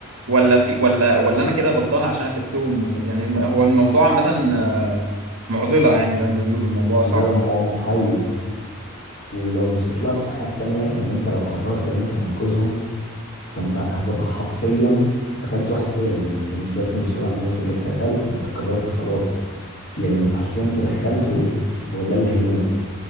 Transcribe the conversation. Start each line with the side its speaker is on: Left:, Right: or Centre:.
Right: ولا في ولا ولا انا كده غلطان عشان انا سبتهم ولا يعني الم- هو الموضوع عامة آه، معضلة يعني زي ما بيقولوا الموضوع
Left: مجرد
Right: صعب
Left: هو محير ولو بصيت لها من الناحية التانية اللي انت لو قررت ان انت تنقذهم فانت هتبقى حرفيا قتلت واحد تاني يعني انت مش بس مسؤول عن موته اللي انت قتلته انت قررت خلاص يعني انت حرفيا تدخلت وقلت هو ده اللي هيموت